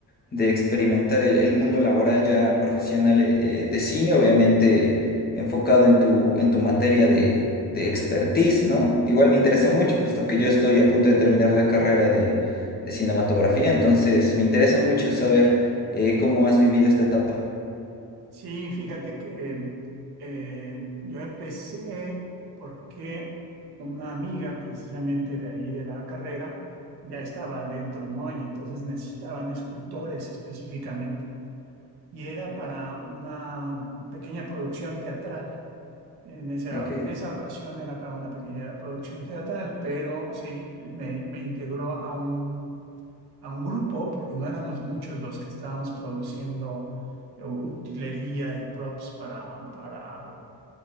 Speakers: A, on the left; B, on the right.
A: de experimentar el, el mundo laboral ya profesional eh, eh, de cine, obviamente enfocado en tu, en tu materia de, de expertise, ¿no? Igual me interesa
B: Ujú.
A: mucho, puesto que yo estoy a punto de terminar la carrera de cinematografía, entonces me interesa mucho saber eh, cómo has vivido esta etapa.
B: Sí, fíjate que eh, yo empecé porque una amiga precisamente de ahí de la carrera ya estaba adentro, ¿no? Y entonces necesitaban escultores específicamente. Y era para una pequeña producción teatral. En esa,
A: Ok,
B: en esa ocasión era para una pequeña producción teatral, pero sí, me, me integró a un a un grupo, porque no éramos muchos los que estábamos produciendo eh, utilería y props para, para